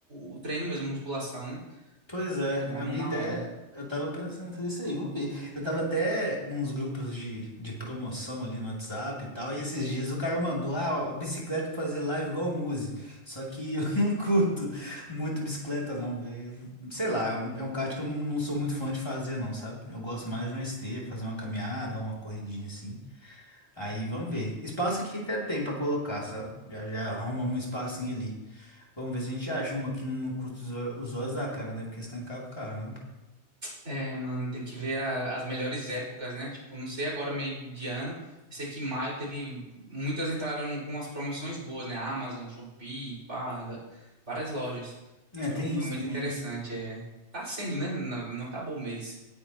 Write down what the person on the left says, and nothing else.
Pois é,
a
minha
ideia,
eu tava pensando em fazer isso aí, vamos ver. Eu tava até nos grupos de, de promoção ali no WhatsApp e tal, e esses dias o cara mandou ah, a bicicleta pra fazer live igual o Muzi. Só que <laughs> eu não curto muito bicicleta, não, velho. Sei lá, é um, é um kart que eu não, não sou muito fã de fazer, não, sabe? Eu gosto mais de uma esteira, fazer uma caminhada, uma corridinha assim. Aí vamos ver. Espaço aqui até tem pra colocar, sabe? Já, já arrumamos um espacinho ali. Vamos ver se a gente acha uma que não custa os ó- os olhos da cara, né? Porque senão é caro pra caramba.
É,
tem
isso
também,
né?